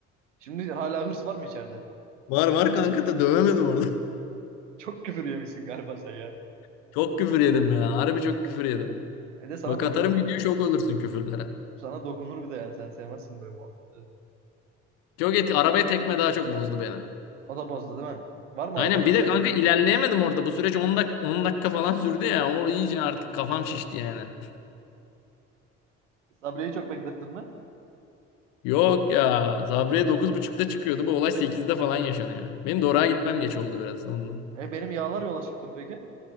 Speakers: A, on the right (about 80°); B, on the left (about 70°).
A: Şimdi hala hırs var mı içeride?
B: Var var kanka da dövemedim orada.
A: Çok küfür yemişsin galiba sen ya.
B: <laughs> Çok küfür yedim ya. Harbi çok küfür yedim.
A: Bir de sana
B: Bak
A: dokun
B: atarım video şok olursun küfürlere.
A: sana dokunur bir de yani sen sevmezsin böyle muhabbeti.
B: Çok etki. Arabaya tekme daha çok bozdu beni.
A: O da bozdu değil mi? Var mı
B: Aynen
A: arabada
B: bir
A: bir şey?
B: de kanka ilerleyemedim orada. Bu süreç on dak on dakika falan sürdü ya. O iyice artık kafam şişti yani.
A: Sabri'yi çok beklettin mi?
B: Yok ya. Sabriye dokuz buçukta çıkıyordu. Bu olay sekizde falan yaşanıyor. Benim Dora'ya gitmem geç oldu biraz ondan.
A: E benim yağlar yola çıktım peki.